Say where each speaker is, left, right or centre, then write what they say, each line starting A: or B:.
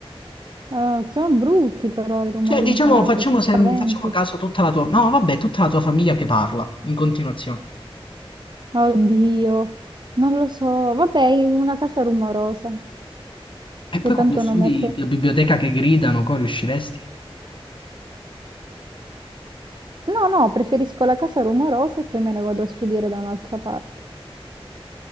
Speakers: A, on the right; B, on the left.
A: Eh, sono brutti però i rumori
B: Cioè, diciamo,
A: in casa,
B: facciamo,
A: ti spaventi.
B: sem- facciamo caso a tutta la tua... No, vabbè, tutta la tua famiglia che parla in continuazione.
A: Oddio, non lo so. Vabbè, in una casa rumorosa,
B: E poi
A: che tanto
B: quando studi
A: non è che...
B: la biblioteca che gridano, co, riusciresti?
A: No, no, preferisco la casa rumorosa e poi me ne vado a studiare da un'altra parte.